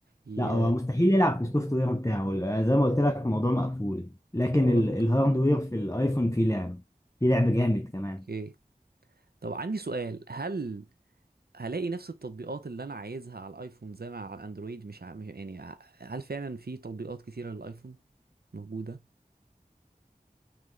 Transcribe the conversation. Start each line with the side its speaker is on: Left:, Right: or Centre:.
Right: ي...
Left: لا هو مستحيل يلعب في السوفت وير بتاعه زي ما قلت لك الموضوع مقفول لكن
Right: مغلق
Left: ال- الهاردوير
Right: اه
Left: في الايفون فيه لعب فيه لعب جامد كمان
Right: اوكي طب عندي سؤال هل هلاقي نفس التطبيقات اللي انا عايزها على الايفون زي ما على الاندرويد مش, ع... مش يعني ع- يعني هل فعلا في تطبيقات كتيرة للايفون موجودة